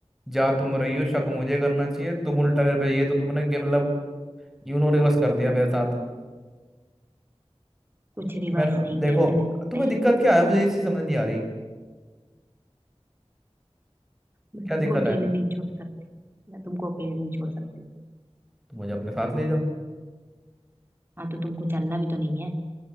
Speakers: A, in the centre; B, on the right.
A: जा तुम रही हो शक मुझे करना चाहिए तुम उल्टा मेरे पे ये तो तुमने गे- मतलब यूनो रिवर्स कर दिया मेरे साथ
B: कुछ रिवर्स
A: मेरे
B: नहीं
A: देखो
B: किया है मैंने सही
A: तुम्हें दिक्कत क्या है मुझे ये चीज समझ नहीं आ रही
B: मैं
A: क्या
B: तुमको
A: दिक्कत
B: अकेले
A: है
B: नहीं छोड़ सकती मैं तुमको अकेले नहीं छोड़ सकती
A: तुम मुझे अपने साथ ले जाओ
B: हाँ तो तुमको चलना भी तो नहीं है